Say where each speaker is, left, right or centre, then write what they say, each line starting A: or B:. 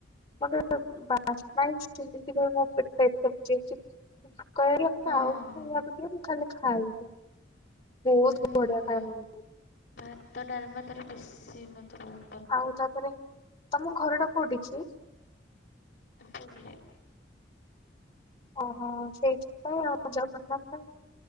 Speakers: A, on the left (about 30°); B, on the left (about 65°).
A: <unintelligible> <unintelligible> ଆହୁରି
B: ହଁ
A: ଖାଇବାକୁ ଦିଅ ମୁଁ ଖାଲି ଖାଇବି ବହୁତ
B: ହୁଁ
A: ବଢ଼ିଆ
B: ହୁଁ।
A: ଖାଇବା ମିଳୁଚି।
B: ଭାତ, ଡାଲାମା ତାର ବେଶୀ ମୋତେ ବହୁ
A: ଆଉ ତାପରେ ତମ ଘର ଟା କୋଉଠି କି?
B: ପୁରୀରେ।
A: ଓହୋ ସେଇଥିପାଇଁ ଆଉ ଜଗନ୍ନାଥ